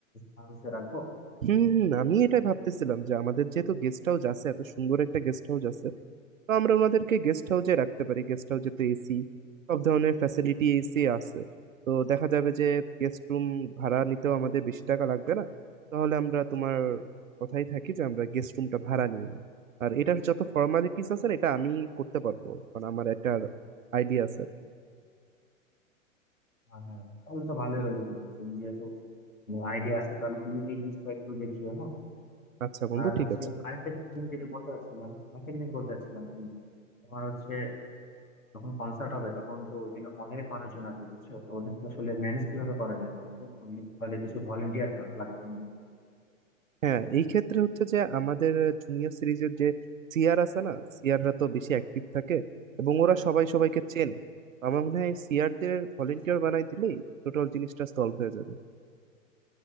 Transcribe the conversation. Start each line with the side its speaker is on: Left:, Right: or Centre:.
Left: হাউসে রাখবো
Right: হুম হুম, আমি এটাই ভাবতেছিলাম যে আমাদের যেহেতু গেস্ট হাউস আছে এত সুন্দর একটা গেস্ট হাউস আছে তো আমরা ওনাদেরকে গেস্ট হাউসে রাখতে পারি গেস্ট হাউসে তো এসি সব ধরনের ফ্যাসিলিটি এসি আছে তো দেখা যাবে যে গেস্ট রুম ভাড়া নিতেও আমাদের বেশি টাকা লাগবে না তাহলে আমরা তোমার কথাই থাকি যে আমরা গেস্ট রুমটা ভাড়া নিয়ে নিই আর এটার যত ফর্মালিটিস আছে না, এটা আমি করতে পারবো কারণ আমার একটা আইডিয়া আছে আর কি
Left: হ্যাঁ হ্যাঁ তাহলে তো ভালোই হলো বন্ধু তুমি যেহেতু আইডিয়া আছে তাহলে তুমি এই জিনিসটা একটু দেখিও হ্যাঁ
Right: আচ্ছা বন্ধু
Left: আর
Right: ঠিক
Left: হচ্ছে
Right: আছে
Left: আরেকটা জিনিস যেটা বলতে চাচ্ছিলাম একটা জিনিস বলতে চাচ্ছিলাম শুনো তোমার হচ্ছে যখন কনসার্ট হবে তখন তো ওইখানে অনেক মানুষজন আসবে বুঝছো তো ওদের তো আসলে ম্যানেজ কিভাবে করা যায় বলো তো আমাদের তো তাহলে কিছু ভলেন্টিয়ার লাগবে মনে হয়।
Right: হ্যাঁ এই ক্ষেত্রে হচ্ছে যে আমাদের জুনিয়র সিরিজের যে সিয়ার আছে না সিয়াররা তো বেশি অ্যাক্টিভ থাকে এবং ওরা সবাই সবাইকে চেনে আমার মনে হয় সিয়ারদের ভলেন্টিয়ার বানাই দিলেই টোটাল জিনিসটা সলভ হয়ে যাবে